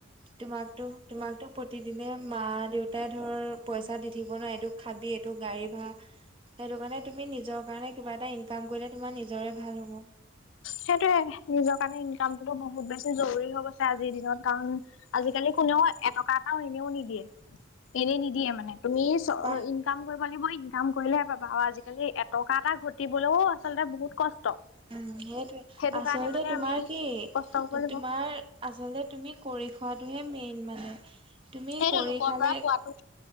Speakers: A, on the right (about 25°); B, on the left (about 75°).
A: তোমাকো তোমাকতো। প্ৰতিদিনে মা দেউতাই ধৰ পইচা দি থাকিব নোৱ এইটো খাবি এইটো গাড়ী ভা়ৰা। সেইটো কাৰণে তুমি নিজৰ কাৰণে কিবা এটা ইনকাম কৰিলে তোমাৰ নিজৰে ভাল হ'ব।
B: সেইটোয়ে নিজৰ কাৰণে ইনকামতটোতো বহুত বেছি জৰুৰী হৈ গৈছে আজিৰ দিনত কাৰণ আজিকালি। কোনেও এটকা এটাও এনেও নিদিয়ে এনে নিদিয়ে মানে তুমি চ
A: তোমাৰ
B: <inaudible> ইনকাম কৰিব লাগিব ইনকাম কৰিলেহে পাবা আৰু আজিকালি এটকা এটা ঘটিবলৈও আচলতে বহুত কষ্ট।
A: উম সেইটোৱে
B: সেইটো
A: আচলতে
B: কাৰণে মানে
A: তোমাৰ
B: আমি
A: কি
B: কষ্ট কৰিব
A: তোমাৰ।
B: লাগিব
A: আচলতে তুমি কৰি খোৱাটোহে মেইন মানে তুমি
B: সেইটো
A: কৰি
B: লোকৰ
A: খালে
B: পৰা পোৱাটো